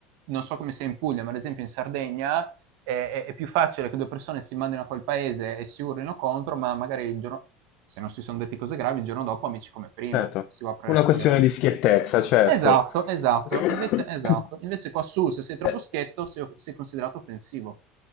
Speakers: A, on the right (about 70°); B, on the left (about 60°).
A: non so come sia in Puglia, ma ad esempio in Sardegna è, è- è più facile che due persone si mandino a quel paese e si urlino contro, ma magari il giorno, se non si sono detti cose gravi, il giorno dopo amici come prima,
B: Certo,
A: si va a pre-
B: una
A: fuori
B: questione
A: a
B: di schiettezza, certo.
A: Esatto, esatto.
B: <coughs>
A: Invece esatto. Invece qua su, se sei troppo
B: Eh,
A: schietto, sei, off- sei considerato offensivo.